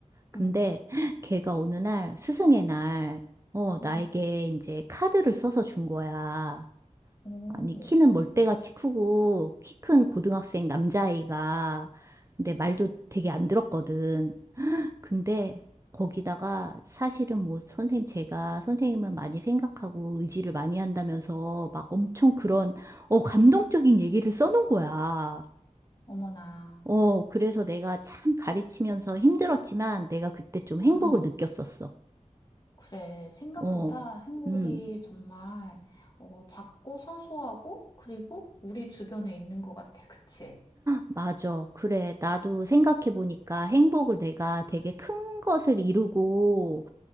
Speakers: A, on the right (about 25°); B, on the left (about 30°).
A: 근데
B: 음.
A: 걔가 어느 날, 스승의 날, 어, 나에게
B: 음.
A: 이제 카드를 써서 준 거야.
B: 오,
A: 아니, 키는 멀대같이 크고, 키 큰 고등학생 남자아이가, 근데 말도 되게 안 들었거든. 근데 거기다가 사실은 뭐 선생님, 제가 선생님은 많이 생각하고 의지를 많이 한다면서 막 엄청 그런, 어, 감동적인 얘기를 써놓은 거야.
B: 어머나.
A: 어, 그래서 내가 참 가르치면서 힘들었지만 내가 그때 좀 행복을
B: 음,
A: 느꼈었어.
B: 그래. 생각보다
A: 어,
B: 행복이
A: 음.
B: 정말 어, 작고 사소하고 그리고 우리 주변에 있는 것 같아. 그치?
A: 맞아. 그래. 나도 생각해보니까 행복을 내가 되게 큰 것을 이루고,